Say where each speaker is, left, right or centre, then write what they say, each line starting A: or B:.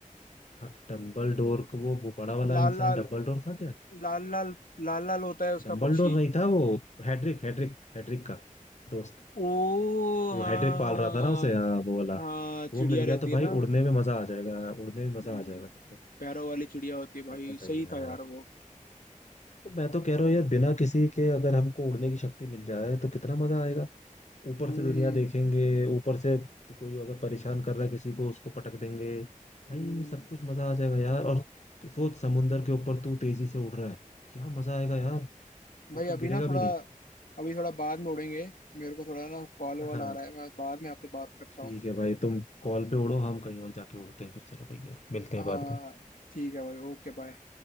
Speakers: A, on the left; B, on the left.
A: हाँ, डम्बल डोर को वो, वो बड़ा वाला
B: लाल
A: इंसान
B: लाल
A: डम्बल डोर था क्या
B: लाल लाल लाल लाल होता है उसका
A: डम्बल
B: पक्षी
A: डोर नहीं था वो हैड्रिक हैड्रिक हैड्रिक का दोस्त
B: ओ
A: वो
B: हाँ
A: हेडेक पाल रहा था ना उसे हाँ वो वाला
B: हाँ
A: वो
B: चिड़िया
A: मिल गया
B: रहती
A: तो भाई
B: है ना
A: उड़ने में मजा आ जाएगा उड़ने में मजा
B: हम्म,
A: आ जाएगा फिर तो
B: पैरों वाली चिड़िया होती है भाई
A: ऐसा
B: सही
A: चाहिए यार
B: था यार वो
A: तो मैं तो कह रहा हूँ यार बिना किसी के अगर हमको उड़ने की शक्ति मिल जाए तो कितना मजा आएगा ऊपर
B: हम्म
A: से दुनिया देखेंगे ऊपर से तो कोई अगर परेशान कर रहा है किसी को उसको पटक देंगे भाई
B: हम्म।
A: सब कुछ मजा आ जाएगा यार और सोच समुंदर के ऊपर तू तेजी से उड़ रहा है क्या मजा आएगा यार
B: भाई
A: और
B: अभी
A: तू गिरेगा
B: ना थोड़ा
A: भी नहीं
B: अभी थोड़ा बाद में उड़ेंगे मेरे को थोड़ा ना कॉल वॉल
A: हाँ
B: आ रहा है मैं बाद में आपसे बात करता
A: ठीक
B: हूँ
A: है भाई तुम कॉल पे उड़ो हम कहीं और जाके उड़ते हैं फिर चलो भैया मिलते हैं
B: हाँ
A: बाद में
B: ठीक है भाई ओके बाय